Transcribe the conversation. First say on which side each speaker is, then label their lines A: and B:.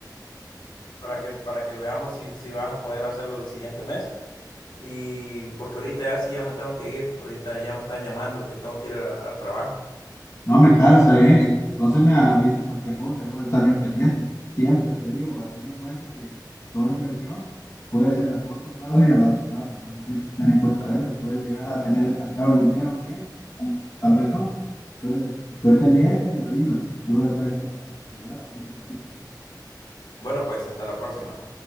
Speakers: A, on the left; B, on the left.
A: para que, para que veamos si, si vas a poder hacerlo el siguiente mes. Y porque ahorita ya sí ya me tengo que ir, ahorita ya me están llamando que tengo que ir a- al trabajo.
B: No, me claro, está bien. Entonces me avisas cualquier cosa, yo voy a estar bien pendiente. Siempre te digo, a ten en cuenta que toda inversión puede ser a corto plazo y a largo plazo. Entonces siempre ten en cuenta eso. Puedes llegar a tener estancado el dinero un tiempo, tal vez no. Entonces, estoy pendiente y me avisas. Yo voy a estar aquí para ayudar, no te preocupes.
A: Bueno, pues hasta la próxima.